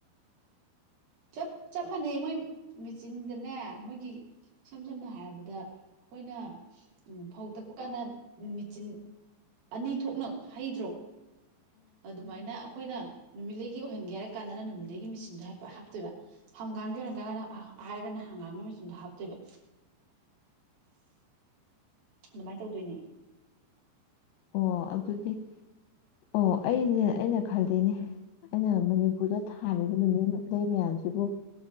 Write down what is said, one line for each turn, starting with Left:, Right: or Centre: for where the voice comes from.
Right: ꯆꯞ ꯆꯞ ꯃꯥꯟꯅꯩ ꯃꯣꯏ ꯃꯦꯆꯤꯟꯗꯅꯦ ꯃꯣꯏꯒꯤ ꯏꯁꯝ ꯁꯝꯅ ꯍꯥꯏꯔꯕꯗ ꯑꯈꯣꯏꯅ ꯎꯝ ꯐꯧ ꯇꯛꯄ ꯀꯥꯟꯗ ꯃꯤꯆꯤꯟ ꯑꯅꯤ ꯊꯣꯛꯅ ꯍꯩꯗ꯭ꯔꯣ ꯑꯗꯨꯃꯥꯏꯅ ꯑꯈꯣꯏꯅ ꯅꯨꯃꯤꯠꯂꯩꯒꯤ ꯑꯣꯏꯍꯟꯒꯦ ꯍꯥꯏꯔ ꯀꯥꯟꯗꯅ ꯅꯨꯃꯤꯠꯂꯩꯒꯤ ꯃꯦꯆꯤꯟꯗꯣ ꯍꯥꯏꯐꯦꯠ ꯍꯥꯞ ꯇꯣꯏꯕ ꯍꯪꯒꯥꯝꯒꯤ ꯑꯣꯏꯔꯒꯅ ꯍꯥꯏꯔꯒꯅ ꯍꯪꯒꯥꯝꯒꯤ ꯃꯦꯆꯤꯟꯗ ꯍꯥꯞꯇꯣꯏꯕ ꯑꯗꯨꯃꯥꯏ ꯇꯧꯗꯣꯏꯅꯦ
Left: ꯑꯣ ꯑꯗꯨꯗꯤ ꯑꯣ ꯑꯩꯅꯦ ꯑꯩꯅ ꯈꯜꯂꯤꯅꯦ ꯑꯩꯅ ꯃꯅꯤꯄꯨꯔꯗ ꯊꯥꯔꯤꯕ ꯅꯨꯃꯤ ꯂꯩ ꯃꯌꯥꯝꯁꯤꯕꯨ